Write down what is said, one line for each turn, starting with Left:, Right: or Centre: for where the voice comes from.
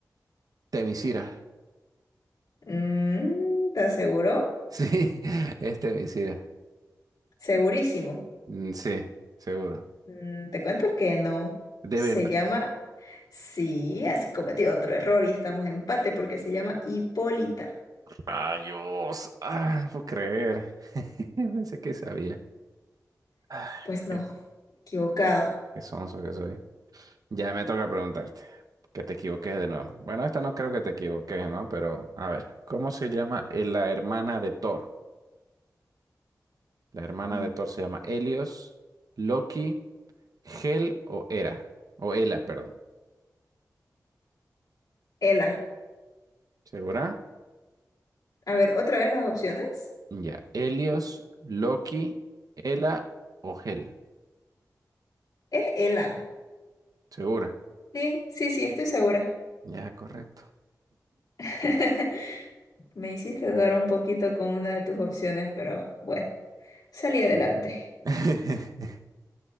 Right: Temisira.
Left: Mm, ¿estás seguro?
Right: Sí, <laughs> es Temisira.
Left: Segurísimo.
Right: Mm, Sí, seguro.
Left: Mm, te cuento que no.
Right: De
Left: Se
Right: verdad.
Left: llama... Sí, has cometido otro error y estamos en empate porque se llama Hipólita.
Right: Rayos. Ah, no puedo creer. <laughs> Pensé que sabía. Ah,
Left: Pues no,
Right: qué,
Left: equivocado.
Right: qué sonso que soy. Ya me toca preguntarte, que te equivoques de nuevo. Bueno, esta no creo que te equivoques, ¿no? Pero a ver, ¿cómo se llama eh, la hermana de Thor? La hermana
Left: Mm.
Right: de Thor se llama Helios, Loki, Hel o Hera, o Hela, perdón.
Left: Ela.
Right: ¿Segura?
Left: A ver, otra vez las opciones.
Right: Ya, Helios, Loki, Hela o Hel.
Left: Es Ela.
Right: ¿Segura?
Left: Sí, sí, sí, estoy segura.
Right: Ya, correcto.
Left: <laughs> Me hiciste dudar un poquito con una de tus opciones, pero bueno, salí adelante.
Right: <laughs>